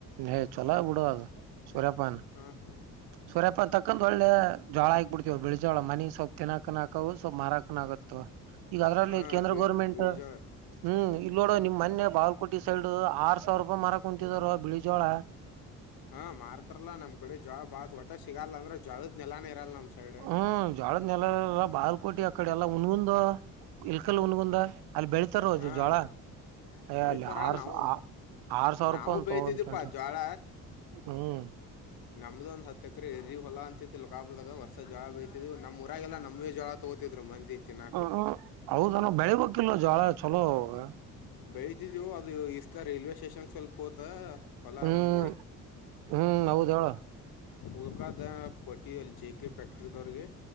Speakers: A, on the right; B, on the left.
A: ಏ ಚಲೋ ಬಿಡುಅದು ಸೂರ್ಯಪಾನ
B: ಹಾಂ
A: ಸೂರ್ಯಪಾನ ತಕ ತಕಂದ್ ಒಳ್ಳೆ ಜೋಳ ಆಕ್ಬಿಡ್ತಿವ ಬಿಳಿ ಜೋಳ ಮನಿಗ್ ಸ್ವಲ್ಪ ತಿನಕನು ಅಕವು ಸ್ವಲ್ಪ್ ಮಾರಕನ ಆಗತಾವ. ಈಗ ಅದ್ರಲ್ಲಿ
B: ಹಾಂ
A: ಕೇಂದ್ರ ಗೋರ್ಮೆಂಟ್
B: ಬೀಜ
A: ಹ್ಮ್ ಇಲ್ಲಿ ನೋಡು ನಿಮ ಮನ್ನೆ. ಬಾಗಲ್ಕೋಟಿ ಸೈಡ್ ಆರ್ ಸಾವಿರ ರೂಪಾಯಿ ಮಾರಕ್ ಕುಂತಿದ್ರೊ ಬಿಳಿ ಜೋಳ.
B: ಹಾ ಮಾರ್ತಾರಲ್ಲಾ ನಮ್ ಕಡೆ ಜೋಳ ಒಟ ಸಿಗಲ್ಲ ಅಂದ್ರ ಜೋಳದ ನೆಲನ ಇರಲ್ಲ ನಮ್ ಸೈಡ್
A: ಹ್ಮ್ ಜೋಳದ ನೆಲ ಇರಲ್ಲ ಬಾಗಲಕೋಟೆ ಅಕಡೆ ಎಲ್ಲಾ ಹುನಗುಂದ ಇಲ್ಕಲ್ ಹುನಗುಂದ ಅಲ್ಲಿ ಬೆಳೆತಾರ
B: ಹಾಂ
A: ಜೋಳ ಏ
B: ಬೆಳಿತಾರ
A: ಅಲ್ಲಿ ಆರ್
B: ನಾವು
A: ಸಾವಿರ
B: ನಾವು
A: ರೂಪಾಯಿ ಅಂತ
B: ಬೆಳಿತಿದ್ದೀಪ್ಪ
A: ಒಂದು ಕ್ವಿಂಟಾಲ್
B: ಜೋಳ
A: ಹ್ಮ್
B: ನಮ್ದು ಒಂದ ಹತ್ತು ಎಕರೆ ಎರ್ರಿ ಹೊಲ ಅಂತತ್ತು ಲೋಕಪುರದಾಗ ವರ್ಷ ಜೋಳ ಬೆಳೀತಿದ್ದೀವಿ ನಮ್ಮೂರಗ ಎಲ್ಲ ನಮ್ಮವೆ ಜೋಳ ತಗೊತಿದ್ರು ತೂಗುತಿದ್ದರು ಮಂದಿ ತಿನ್ನಾಕ
A: ಹ ಹೌದ ನ ಬೆಳಿಬೇಕಿಲ್ಲ ಜೋಳ ಚಲೋ ಅವು
B: ಬೆಳತಿದ್ದವು ಅದು ಈ ಸತಿ ರೈಲ್ವೆ ಸ್ಟೇಷನ್ ಸ್ವಲ್ಪ ಹೋತ ಹೊಲ
A: ಹ್ಮ್
B: ಒಂದು
A: ಹ್ಮ್ ಹೌದ ಹೇಳ
B: ಉಲ್ಕದ್ದ ಕೊಟ್ಟೀವಿ ಅಲ್ಲಿ ಜೆ ಕೆ ಫ್ಯಾಕ್ಟ್ರಿದವ್ರಿಗೆ